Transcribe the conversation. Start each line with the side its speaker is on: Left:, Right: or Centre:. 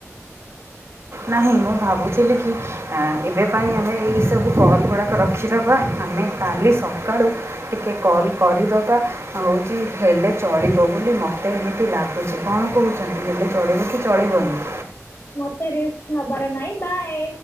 Right: ନାହିଁ ମୁଁ ଭାବୁଥିଲି କି ଏବେ ପାଇଁ ଆମେ ଏଇସବୁ କଲ ଗୁଡ଼ାକ ରଖିଦେବା ଆମେ କାଲି ସକାଳୁ ଟିକେ କଲ୍ କରିଦବା। ହଉଛି ହେଲେ ଚଳିବ ବୋଲି ମତେ ଏମିତି ଲାଗୁଛି କଣ କହୁଛନ୍ତି ହେଲେ ଚଳିବ କି ଚଳିବନି?
Left: ମତେ ରିସ୍କ ନବାର ନାହିଁ ବାଏ।